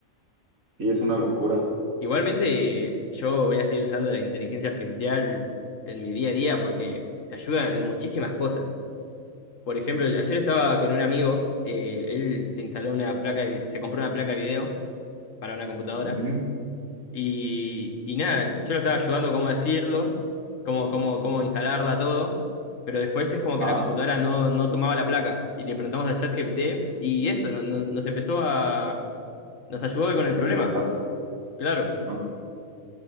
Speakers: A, on the right (about 70°); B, on the left (about 65°).
A: Y es una locura.
B: Igualmente, yo voy a seguir usando la inteligencia artificial en mi día a día porque te ayuda en muchísimas cosas. Por ejemplo, ayer estaba con un amigo, eh, él se instaló una placa de vi- se compró una placa de video para una computadora.
A: Ujú.
B: Y, y nada, yo lo estaba ayudando cómo decirlo, cómo, cómo, cómo instalarla, todo. Pero después es como
A: Ah,
B: que la computadora no, no tomaba la placa. Y le preguntamos a ChatGPT y eso, no- no- nos empezó a... Nos ayudó con
A: al
B: el problema,
A: glosar.
B: claro.
A: Ujú.